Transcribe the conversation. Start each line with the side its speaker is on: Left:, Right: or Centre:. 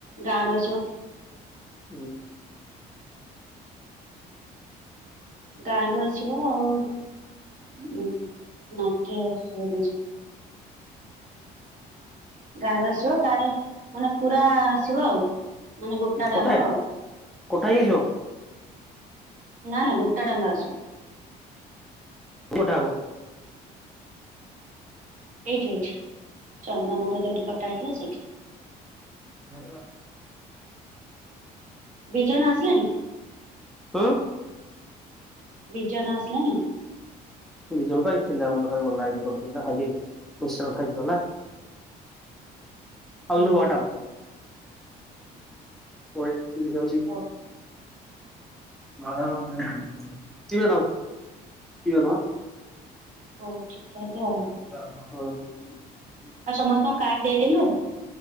Right: ଗାଁ ରୁ ଆସିବ।
Centre: ହୁଁ।
Right: ଗାଁରୁ ଆସିବ ଆଉ ହୁଁ। <unintelligible> ଆସିବ ଗାଁରେ ମାନେ ପୁରା ଆସିବ ଆଉ। ମାନେ ଗୋଟା ଡାଙ୍କ
Centre: କୋଠାଏ
Right: ଆଉ
Centre: କୋଠା ଯାଉଚ।
Right: ନା ନା ଗୋଟା ଡାଙ୍ଗ ଆସୁନି।
Centre: ଟା ହବ।
Right: ଏଇଠି ଏଇଠି ଚନ୍ଦନର ଯୋଠି କଟା ହେଇଥିଲା ସେଇଠି।
Centre: <inaudible>
Right: ବିଜୟନ ଆସିଲାଣି।
Centre: ହଁ।
Right: ବିଜୟନ ଆସିଲାଣି।
Centre: ବିଜୟନ ବା ଏଇ ଥିଲା ମୋ ପାଖରେ ଗଲା ଏଇନକେ ବସିଥିଲା ଖାଇକି ମିକ୍ସଚର ଖାଇଲି ଗଲା।
Right: ହୁଁ
Centre: <unintelligible>
Right: ହୁଁ
Centre: ପରେ ପିନ୍ଧି ଯାଉଚି।
Right: ହଉ
Centre: <unintelligible> <unintelligible>
Right: ହଉ ଠିକ୍ ତାହେଲେ ଆଉ।
Centre: <unintelligible>
Right: ଆଉ ସମସ୍ତଙ୍କୁ କାର୍ଡ ଦେଇଦେଲୁ।